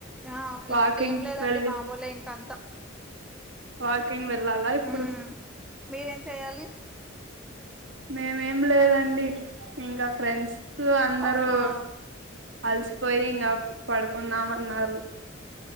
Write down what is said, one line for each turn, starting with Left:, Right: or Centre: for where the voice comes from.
Centre: ఆ
Right: వాకింగ్
Centre: ఇంకేం లేదండి
Right: వెళ్ళి
Centre: మామూలే ఇంకంతా
Right: వాకింగ్ వెల్ వెళ్లాలా ఇప్పుడు
Centre: ఉమ్ మీరేం చెయ్యాలి
Right: మేమేం లేదండి ఇంకా ఫ్రెండ్స్ అందరూ
Centre: ఓ ఆ
Right: అలసిపోయి ఇంగా పడుకుందాం అన్నారు